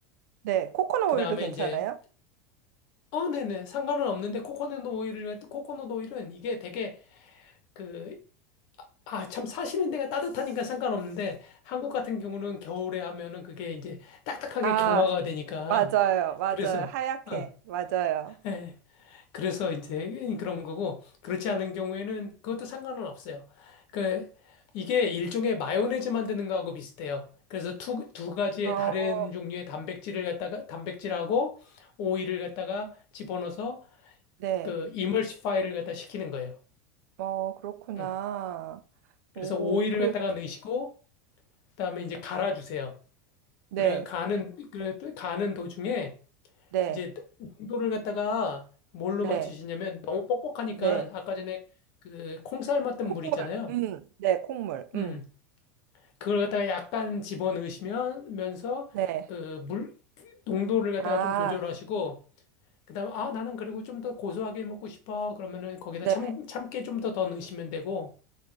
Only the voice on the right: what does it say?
네, 코코넛
오일도
괜찮아요?
아,
맞아요, 맞아요,
하얗게,
맞아요.
어,
네.
어, 그렇구나.
오,
그래.
네.
네.
네.
네.
콩물.
음. 네, 콩물. 음.
네.
아,
네.